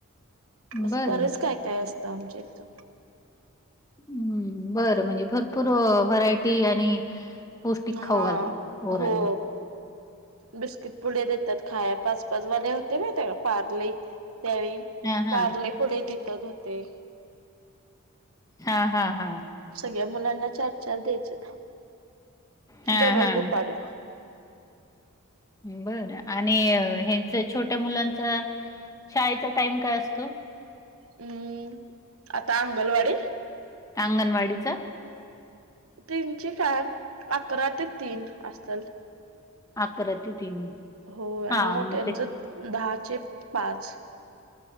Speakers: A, on the right; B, on the left.
A: असं
B: बरं
A: बरेच काय काय असतं आमच्या इथं.
B: हम्म बरं म्हणजे भरपूर व्हरायटी आणि पौष्टिक
A: हां
B: खाऊ घालतात पोरांना.
A: हो. बिस्किट पुडे देतात खायाय पाच पाच वाले होते माहित आहे का पारले. त्यावे
B: हा हा
A: मारले पुढे दत होते
B: हा हा हा
A: सगळ्या मुलांना चार चार द्यायचे
B: हा
A: दररोज
B: हा.
A: दुपारी
B: बरं आणि हच छोट्या मुलांचा शाळेचा टाइम काय असतो
A: हम्म आता अंगणवाडी
B: अंगणवाडीच
A: तीनची टाइम अकरा ते तीन असतील
B: अकरा ते तीन
A: हो
B: हा
A: आणि मोठ्यांचं
B: मग त्याच्या
A: दहाचे पाच